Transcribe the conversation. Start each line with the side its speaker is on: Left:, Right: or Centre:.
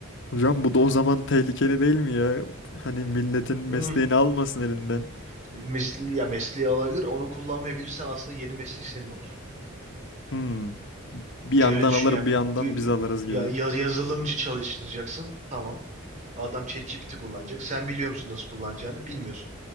Left: Hocam bu da o zaman tehlikeli değil mi ya? Hani milletin mesleğini
Right: Hmm.
Left: almasın elinden.
Right: Hmm. Mesleği, ya mesleği alabilir. Onu kullanmayabilirsen aslında yeni meslek senin olur.
Left: Hmm. Bir
Right: Şöyle
Left: yandan
Right: düşün
Left: alır
Right: ya
Left: bir
Right: bir,
Left: yandan
Right: bir-
Left: biz alırız gibi.
Right: ya, yaz- yazılımcı çalıştıracaksın. Tamam. Adam ChatGPT kullanacak. Sen biliyor musun nasıl kullanacağını? Bilmiyorsun.